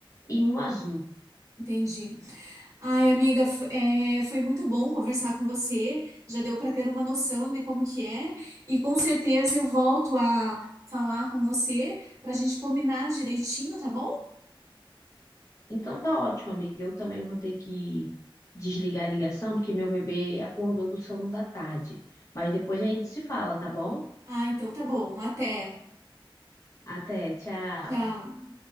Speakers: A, on the left; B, on the right.
A: e um azul.
B: entendi. Ai, amiga, f- é, foi muito bom conversar com você. Já deu para ter uma noção de como que é, e com certeza eu volto a falar com você para a gente combinar direitinho, tá bom?
A: Então tá ótimo, amiga. Eu também vou ter que desligar a ligação, porque meu bebê acordou do sono da tarde. Mas depois a gente se fala, tá bom?
B: Ah, então tá bom. Até.
A: Até, tchau.
B: Tchau.